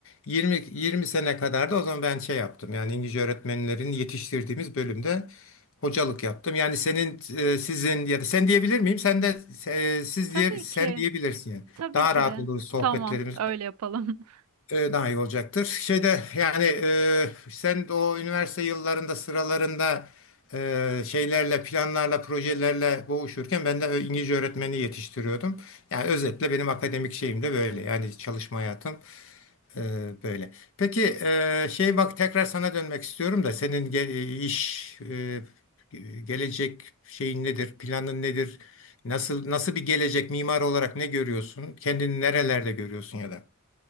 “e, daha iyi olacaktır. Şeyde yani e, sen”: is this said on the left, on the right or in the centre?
Left